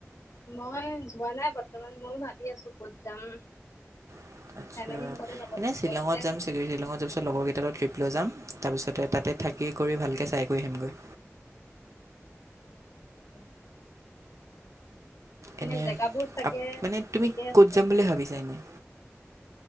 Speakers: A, on the left (about 85°); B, on the right (about 85°).
A: মই যোৱা নাই বৰ্তমান ময়ও ভাবি আছো ক'ত যাম,
B: <unintelligible>
A: ফেমিলিৰ
B: অ',
A: লগতে যাব
B: এনেই
A: লাগিব
B: শ্বিলঙত
A: তাতে
B: যাম, <unintelligible> শ্বিলঙত যোৱাৰ পিছত লগৰকেইটাৰ ট্ৰিপ লৈ যাম, তাৰপিছতে তাতে থাকি কৰি ভালকে চাই, কৰি আহিমগৈ।
A: <inaudible>
B: এনেই
A: এনে জেগাবোৰ চাগে
B: আপ-মানে তুমি
A: ঠিকে আছে
B: ক'ত যাম বুলি ভাবিছা এনেই?